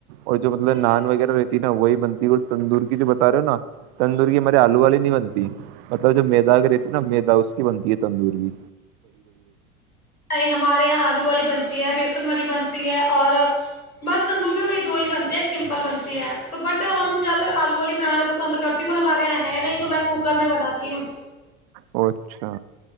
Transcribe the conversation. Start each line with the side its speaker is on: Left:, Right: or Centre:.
Right: اور جو مطلب
Left: کم
Right: نان
Left: بنتے
Right: وغیرہ
Left: ہیں
Right: رہتی ہے نا وہی بن تندور کی جو بتا رہے ہو نا تندورگی م آلو واللی نہیں بنتی مطلب جو میدا
Left: سمپل بنتی
Right: رہتی نا میدا اس کی بنتی ہے تندور کیی
Left: نہیں ہمارے یہاں آلو والی بندتی ہے بیسن والی بنتی ہے اور بس تندوری بھی وہی دو ہی بنتی ہے ایک سمپل بنتی ہے تو بٹ ہم جاتے آلو والی بنانا پسند کرتیوں ہمارے یہاں ہے نہیں تو میں کوکر میں بناتی ہوں
Right: ا اچھا